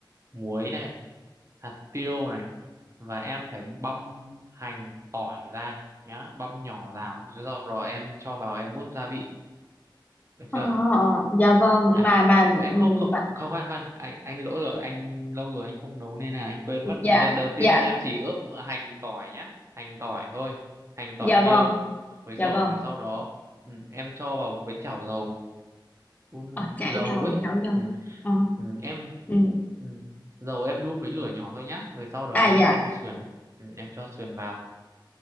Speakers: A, on the right (about 35°); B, on the left (about 20°).
A: muối này hạt tiêu này và em phải băm hành tỏi ra nhá băm nhỏ vào rồi sau đó em cho vào em ướp gia vị được
B: Ờ,
A: chưa
B: ờ, dạ vâng
A: À
B: mà mà
A: em
B: ừ,
A: không không
B: mà
A: không khoan khoan anh anh lỗi rồi anh lâu rồi anh không nấu nên là anh quên mất
B: dạ
A: nên đầu tiên
B: dạ
A: em chỉ ướp hành tỏi nhá hành tỏi thôi hành tỏi
B: dạ
A: tiêu
B: vâng,
A: với sườn
B: dạ vâng.
A: rồi sau đó ừ, em cho vào một cái chảo dầu đun
B: Ờ, chả
A: dầu
B: dầu,
A: ấy
B: chảo dầu.
A: ừ,
B: Ờ,
A: ừ, em
B: ừ.
A: ừ, dầu em đun với lửa nhỏ thôi nhá rồi sau đó
B: À
A: em
B: dạ.
A: cho sườn ừ, em cho sườn vào